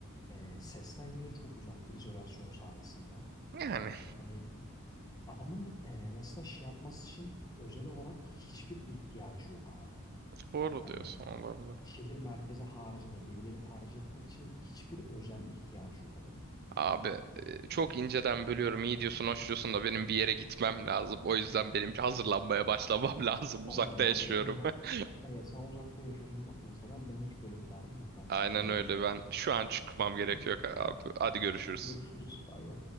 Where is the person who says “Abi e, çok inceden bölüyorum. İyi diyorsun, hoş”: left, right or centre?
Right